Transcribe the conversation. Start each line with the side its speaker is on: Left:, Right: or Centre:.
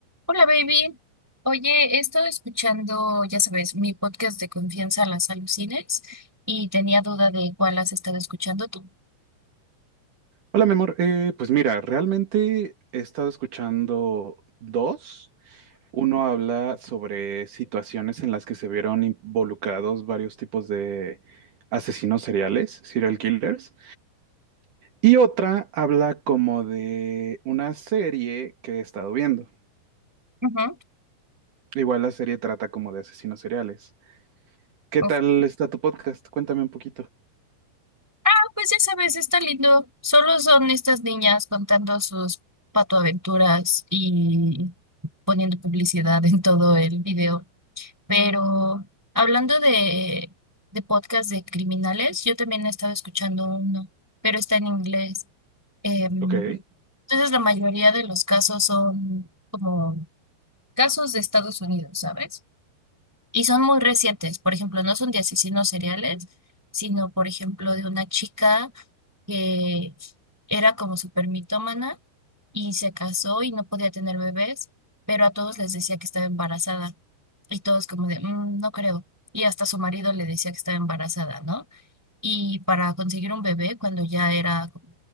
Centre: Hola, baby. Oye, he estado escuchando, ya sabes, mi podcast de confianza Las Alucines y tenía duda de cuál has estado escuchando tú.
Right: Hola, mi amor. Eh, pues mira, realmente he estado escuchando dos. Uno habla sobre situaciones en las que se vieron involucrados varios tipos de asesinos seriales, serial killers. Y otra habla como de una serie que he estado viendo.
Centre: Ujú.
Right: Igual la serie trata como de asesinos seriales. ¿Qué
Centre: Uf.
Right: tal está tu podcast? Cuéntame un poquito.
Centre: Ah, pues ya sabes, está lindo. Solo son estas niñas contando sus patoaventuras y poniendo publicidad en todo el video. Pero hablando de, de podcast de criminales, yo también he estado escuchando uno, pero está en inglés. Em,
Right: Ok.
Centre: entonces, la mayoría de los casos son como casos de Estados Unidos, ¿sabes? Y son muy recientes. Por ejemplo, no son de asesinos seriales, sino, por ejemplo, de una chica que era como súper mitómana y se casó y no podía tener bebés, pero a todos les decía que estaba embarazada. Y todos como de, "Mm, no creo. Y hasta su marido le decía que estaba embarazada, ¿no? Y para conseguir un bebé, cuando ya era como